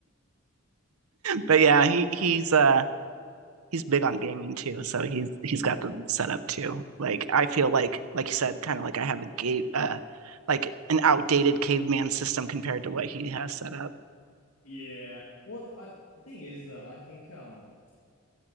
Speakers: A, on the right; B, on the left.
A: But yeah, he he's uh he's big on gaming too, so he's he's got the setup too. Like I feel like like you said, kind of like I have a gate uh like an outdated caveman system compared to what he has set up.
B: Yeah. Well, th- I, the thing is that I think um